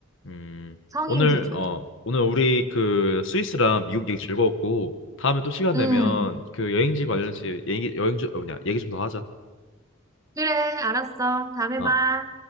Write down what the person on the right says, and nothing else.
성인
기준.
음.
그래, 알았어. 다음에
봐.